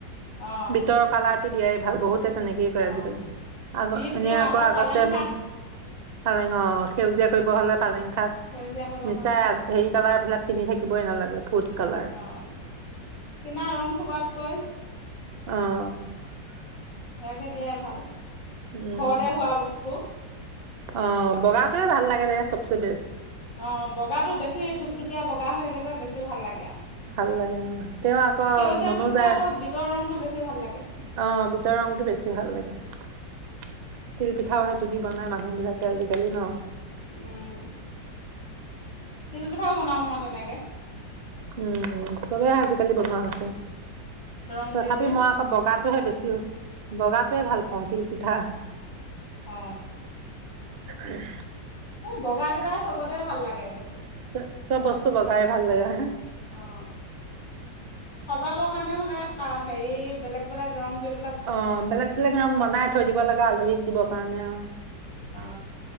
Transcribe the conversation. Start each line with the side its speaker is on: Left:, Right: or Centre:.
Left: অঁ
Right: বিটৰ কালাৰ, দিয়াই ভাল বহুতে, তেনেকেই কয়
Left: অঁ
Right: আজিকালি, আগ
Left: বিট
Right: এনে
Left: দিওঁ
Right: আকৌ আগতে
Left: পালেং
Right: আমি,
Left: শাক
Right: পালেঙৰ, সেউজীয়া কৰিব হ'লে পালেং।
Left: সেউজীয়া কৰিবৰ
Right: মিছাই
Left: কাৰণে
Right: অগজাৰি, কালাৰবিলাক কিনি থাকিবই নালাগে, ফুড, কালাৰ
Left: অ'কিনা ৰং সপাতকৈ,
Right: অহ, '
Left: সেয়াকে দিয়াই ভাল,
Right: উম
Left: ঘৰতে হোৱা বস্তু
Right: অ, বগাটোৱে ভাল লাগে যে, চবচে বেষ্ট।
Left: অ, বগাটো বেছি ধুক-ধুকীয়া বগা হৈ থাকে যে, বেছি ভাল লাগে আৰু
Right: ভাল লাগে অ, তেওঁ আকৌ
Left: সেউজীয়াটোতকৈ
Right: মনোযায়
Left: আকৌ
Right: অ,
Left: বিটৰ ৰংটো বেছি ভাল লাগে।
Right: ভিতৰৰ ৰংটো বেছি ভাল লাগে, তিল পিঠা পিঠাও, সেইটো দি বনাই মানুহ বিলাকে আজিকালি ন,
Left: উম, তিলপিঠাও বনাওঁ মই তেনেকে
Right: উম, চবেই আজিকালি বনোৱা হৈছে।
Left: ৰং
Right: তথাপি,
Left: দি দি।
Right: মই আকৌ বগাটোহে বেছি বগাটোৱে ভাল পাওঁ, তিলপিঠা
Left: অ
Right: উম
Left: এই বগা কেইটাই চবতে ভাল লাগে বেছি।
Right: চ-চব বস্তু বগাই ভাল লাগে হয় না?
Left: অ, সজাবৰ কাৰণে হ'লে হেৰি, বেলেগ-বেলেগ ৰং দিব।
Right: অ, বেলেগ-বেলেগ ৰং বনাই থৈ দিব লাগে, আলহীক দিবৰ কাৰণে, অ <unintelligible>
Left: অ